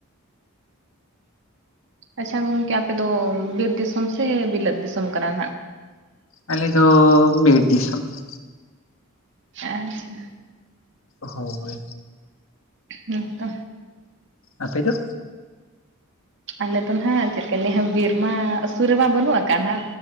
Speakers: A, on the right; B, on the left.
A: ᱟᱪᱪᱷᱟ ᱜᱚᱢᱠᱮ, ᱟᱯᱮ ᱫᱚ ᱵᱤᱨ ᱫᱤᱥᱚᱢ ᱥᱮ ᱵᱤᱞᱟᱹᱛ ᱫᱤᱥᱚᱢ ᱠᱟᱱᱟ ᱱᱟᱸᱜ?
B: ᱟᱞᱮ ᱫᱚ ᱵᱤᱨ ᱫᱤᱥᱚᱢ ᱾
A: ᱟᱪᱪᱷᱟ ᱾
B: ᱦᱚᱭ ᱾
A: ᱦᱮᱸ ᱛᱚ ᱾
B: ᱟᱯᱮ ᱫᱚ?
A: ᱟᱞᱮ ᱫᱚ ᱱᱟᱸᱜ ᱪᱮᱫ ᱞᱮᱠᱟ ᱞᱟᱹᱭᱟ ᱵᱤᱨ ᱢᱟ ᱥᱩᱨ ᱨᱮᱢᱟ ᱵᱟᱹᱱᱩᱜ ᱟᱠᱟᱫ ᱦᱟᱜ